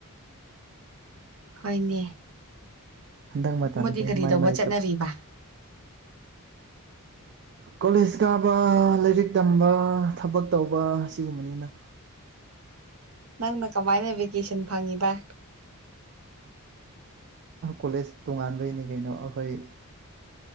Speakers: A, on the right; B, on the right.
A: ꯍꯣꯏꯅꯦ
B: ꯍꯟꯗꯛ ꯃꯇꯝꯁꯦ
A: ꯃꯣꯏꯗꯤ ꯀꯔꯤ
B: ꯃꯥꯏ
A: ꯇꯧꯕ
B: ꯃꯥꯏ
A: ꯆꯠꯅꯔꯤꯕ
B: ꯊꯕꯛ ꯀꯣꯂꯦꯖ ꯀꯥꯕ ꯂꯥꯏꯔꯤꯛ ꯇꯝꯕ ꯊꯕꯛ ꯇꯧꯕ ꯑꯁꯤꯒꯨꯝꯕꯅꯤꯅ
A: ꯅꯪꯅ ꯀꯃꯥꯏꯅ ꯚꯦꯀꯦꯁꯟ ꯐꯪꯉꯤꯕ
B: ꯀꯣꯂꯦꯖ ꯇꯣꯉꯥꯟꯕꯩꯅꯤ ꯀꯩꯅꯣ ꯑꯩꯈꯣꯏ